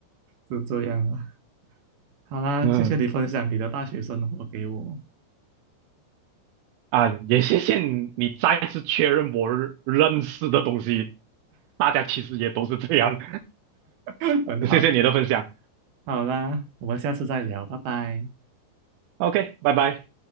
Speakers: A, on the right (about 70°); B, on the right (about 85°).
A: 是这样了。好啦，
B: 嗯
A: 谢谢你分享你的大学生活给我。
B: 啊，也谢谢你再次确认我认识的东西，大家其实也都是这样。
A: <laughs> 很好，
B: <laughs> 谢谢你的分享
A: 好啦，我们下次再聊，拜拜。
B: ，OK，拜拜。